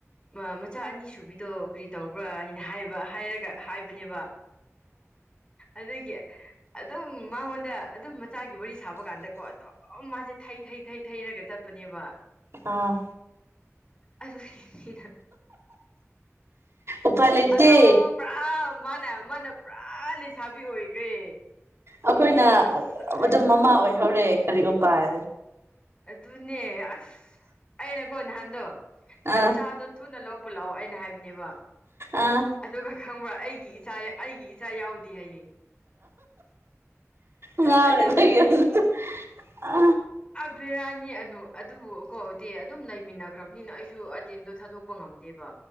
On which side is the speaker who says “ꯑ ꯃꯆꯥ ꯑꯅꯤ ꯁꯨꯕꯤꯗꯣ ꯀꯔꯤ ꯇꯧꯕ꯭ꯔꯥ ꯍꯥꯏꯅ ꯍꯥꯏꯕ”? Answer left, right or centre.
Left